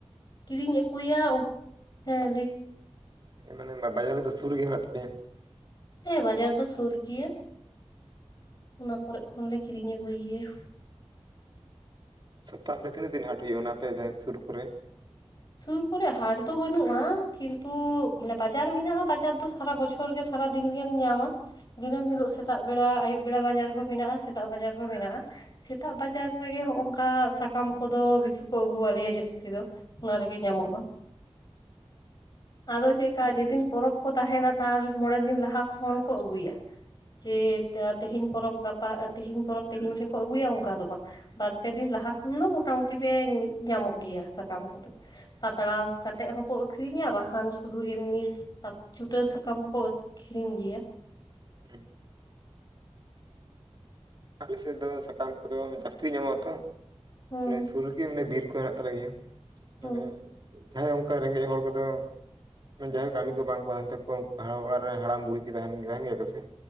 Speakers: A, on the left; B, on the right.
A: ᱠᱤᱨᱤᱧ ᱟᱹᱜᱩᱭᱟ ᱦᱮᱸᱞᱮ
B: ᱮ ᱢᱟᱱᱮ ᱵᱟᱡᱟᱨ ᱫᱚ ᱥᱩᱨ ᱨᱮᱜᱮ ᱦᱮᱱᱟᱜ ᱛᱟᱯᱮᱭᱟ
A: ᱦᱮᱸ ᱵᱟᱡᱟᱨ ᱫᱚ ᱥᱩᱨ ᱜᱮᱭᱟ ᱚᱱᱟ ᱠᱚᱨᱮ ᱠᱷᱚᱱᱞᱮ ᱠᱤᱨᱤᱧ ᱟᱹᱜᱩᱭ ᱜᱮᱭᱟ
B: ᱥᱚᱯᱛᱟᱦᱚ ᱨᱮ ᱛᱤᱱᱟᱹᱜ ᱫᱤᱱ ᱦᱟᱴ ᱦᱩᱭᱩᱜᱼᱟ ᱚᱱᱟ ᱛᱮ ᱥᱩᱨ ᱠᱚᱨᱮ
A: ᱥᱩᱨ ᱠᱚᱨᱮ ᱦᱟᱰᱟ ᱫᱚ ᱵᱟᱹᱱᱩᱜᱼᱟ ᱠᱤᱱᱛᱩ ᱵᱟᱡᱟᱨ ᱢᱮᱱᱟᱜᱼᱟ ᱵᱟᱡᱟᱨ ᱫᱚ ᱥᱟᱨᱟ ᱵᱚᱪᱷᱚᱨ <inaudible> ᱥᱟᱨᱟ ᱫᱤᱱ ᱜᱮᱢ ᱧᱟᱢᱟ ᱫᱤᱱᱟᱹᱢ ᱦᱤᱞᱳᱜ ᱥᱮᱛᱟᱜ ᱵᱮᱲᱟ ᱟᱹᱭᱩᱵ <inaudible> ᱵᱮᱲᱟ ᱵᱟᱡᱟᱨ ᱦᱚᱸ ᱢᱮᱱᱟᱜᱼᱟ ᱥᱮᱛᱟᱜ ᱵᱟᱡᱟᱨ ᱦᱚᱸ ᱢᱮᱱᱟᱜᱼᱟ ᱥᱮᱛᱟᱜ ᱵᱟᱡᱟᱨ ᱨᱮᱜᱮ ᱦᱚᱸᱜ ᱱᱚᱝᱠᱟ ᱥᱟᱠᱟᱢ ᱠᱚᱫᱚ ᱵᱮᱥᱤ ᱠᱚ ᱟᱹᱜᱩᱣᱟᱞᱮᱭᱟ ᱡᱟᱹᱥᱛᱤ ᱫᱚ ᱚᱱᱟ ᱨᱮᱜᱮ ᱧᱟᱢᱚᱜᱼᱟ
B: <inaudible>
A: ᱟᱫᱚ ᱪᱮᱫᱠᱟ ᱡᱮᱫᱤᱱ ᱯᱚᱨᱚᱵᱽ ᱠᱚ ᱛᱟᱦᱮᱱᱟ ᱛᱟᱨ ᱢᱚᱲᱮ ᱫᱤᱱ ᱞᱟᱦᱟ ᱠᱷᱚᱱ ᱠᱚ ᱟᱹᱜᱩᱭᱟᱹ ᱡᱮ ᱛᱮᱦᱤᱧ ᱯᱚᱨᱚᱵᱽ ᱜᱟᱯᱟ ᱛᱮᱦᱤᱧ ᱯᱚᱨᱚᱵ ᱛᱮᱦᱤᱧ ᱜᱮᱠᱚ ᱟᱹᱜᱩᱭᱟ ᱚᱱᱠᱟ ᱫᱚ ᱵᱟᱝ ᱵᱟᱨᱯᱮ ᱫᱤᱱ ᱞᱟᱦᱟ ᱠᱷᱚᱱ ᱫᱚ ᱢᱚᱴᱟᱢᱩᱴᱤ ᱯᱮ ᱧᱟᱢᱚᱜ ᱜᱮᱭᱟ ᱥᱟᱠᱟᱢ ᱠᱚᱫᱚ ᱯᱟᱛᱲᱟᱣ ᱠᱟᱛᱮ ᱦᱚᱸᱠᱚ ᱟᱹᱷᱨᱤᱧᱟ᱾ ᱵᱟᱠᱷᱟᱱ ᱥᱩᱫᱷᱩ ᱮᱢᱱᱤ ᱪᱩᱴᱟᱹ ᱥᱟᱠᱟᱢ ᱦᱚᱸᱠᱚ ᱟᱹᱠᱷᱨᱤᱧ ᱜᱮᱭᱟ᱾
B: ᱦᱩᱸ ᱟᱞᱮ ᱥᱮᱫ ᱫᱚ ᱥᱟᱠᱟᱢ ᱠᱚᱫᱚ ᱡᱟᱹᱥᱛᱤ ᱜᱮ ᱧᱟᱢᱚᱜ ᱟᱛᱚ᱾
A: ᱦᱩᱸ
B: ᱥᱩᱨ ᱜᱮ ᱢᱟᱱᱮ ᱵᱤᱨ ᱢᱮᱱᱟᱜ ᱛᱟᱞᱮ ᱜᱮᱭᱟ᱾ ᱢᱟᱱᱮ
A: ᱦᱩᱸ
B: ᱡᱟᱦᱟᱸᱭ ᱚᱱᱠᱟ ᱨᱮᱸᱜᱮᱡ ᱦᱚᱲ ᱠᱚᱫᱚ ᱢᱟᱱᱮ ᱡᱟᱦᱟᱸᱭ ᱠᱚ ᱠᱟᱹᱢᱤ ᱠᱚ ᱵᱟᱝ ᱠᱚ ᱛᱟᱦᱮᱱ ᱛᱟᱠᱚᱣᱟ᱾ ᱩᱱᱠᱩ ᱚᱲᱟᱜ ᱨᱮ ᱦᱟᱲᱟᱢ ᱵᱩᱲᱦᱤ ᱠᱚ ᱛᱟᱦᱮᱱ, ᱛᱟᱦᱮᱱ ᱜᱮᱭᱟ ᱠᱚ ᱥᱮ᱾